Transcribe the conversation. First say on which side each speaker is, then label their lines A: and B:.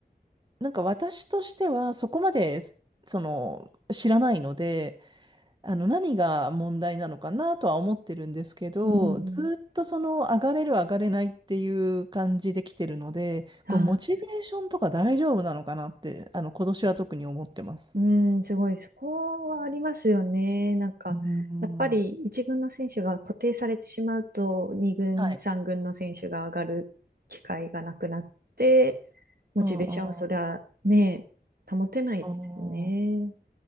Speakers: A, on the right; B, on the right.
A: なんか私としてはそこまで、その、知らないので、あの、何が問題なのかなとは思ってるんですけど、
B: うん、
A: ずっとその、
B: うん。
A: 上がれる上がれないっていう感じで来てるので、こう、
B: あ
A: モチベーションとか大丈夫なのかなって、あの、今年は特に思ってます。
B: ー、あうんすごい。そこはありますよね。なんか、
A: うー
B: やっぱり一軍の選手が固定されてしまうと、
A: ん。
B: 二軍、
A: はい。
B: 三軍の選手が上がる機会がなくなって、モチベーションはそりゃね、
A: うんうん
B: 保てないですよね。
A: あー